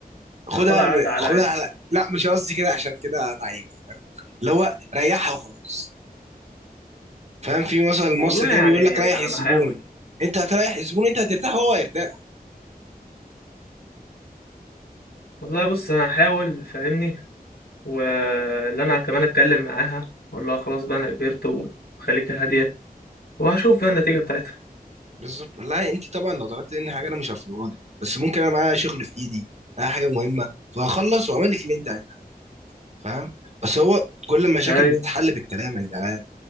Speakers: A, on the right (about 45°); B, on the left (about 85°).
A: خدها
B: ناخدها على
A: م...
B: قد عقلها
A: خدها
B: يعني
A: على لا مش قصدي كده عشان كده ضعيف فاهم اللي هو ريحها وخلاص فاهم في مثلا المصري
B: والله
A: كده
B: يعني
A: بيقول لك ريح
B: انا
A: الزبون
B: بحاول
A: انت هتريح الزبون انت هترتاح وهو هيرتاح
B: والله بص انا هحاول فاهمني واللي انا كمان اتكلم معاها اقول لها خلاص بقى انا كبرت وخليك هاديه وهشوف بقى النتيجه بتاعتها
A: بالظبط لا انت طبعا لو طلبت مني حاجه انا مش هرفضها لك بس ممكن انا معايا شغل في ايدي معايا حاجه مهمه فهخلص واعمل لك اللي انت عايزاه فاهم بس هو كل المشاكل
B: يعني
A: بتتحل بالكلام يا جدعان